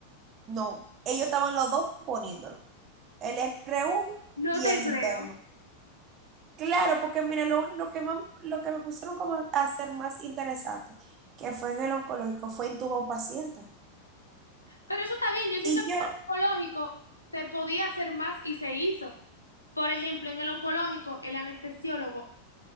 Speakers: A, on the right; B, on the left.
A: No, ellos estaban los dos poniéndolo, el r uno
B: No
A: y
B: te
A: el
B: creo.
A: interno. Claro, porque mira, lo, lo que, más- lo que me pusieron como a hacer más interesante, que fue en el oncológico, fue intubar a un paciente.
B: Pero eso está bien, yo siento
A: Y
B: que
A: yo,
B: en el oncológico se podía hacer más y se hizo. Por ejemplo, en el oncológico, el anestesiólogo